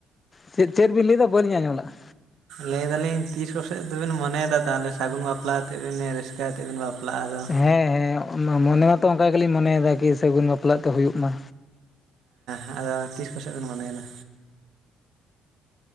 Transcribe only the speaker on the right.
ᱞᱟᱹᱭ ᱫᱟᱞᱤᱧ ᱛᱤᱥ ᱠᱚᱥᱮᱡ ᱫᱚᱵᱤᱱ ᱢᱚᱱᱮᱭᱮᱫᱟ ᱛᱟᱦᱚᱞᱮ ᱥᱟᱹᱜᱩᱱ ᱵᱟᱯᱞᱟ ᱟᱛᱮᱫ ᱵᱤᱱ ᱨᱟᱹᱥᱠᱟᱹ ᱟᱛᱮᱫ ᱵᱤᱱ ᱵᱟᱯᱞᱟᱜᱼᱟᱫᱟ᱾
ᱦᱮᱸ ᱟᱫᱚ ᱛᱤᱥ ᱠᱚᱥᱮᱫ ᱵᱮᱱ ᱢᱚᱱᱮᱭᱟᱫᱟ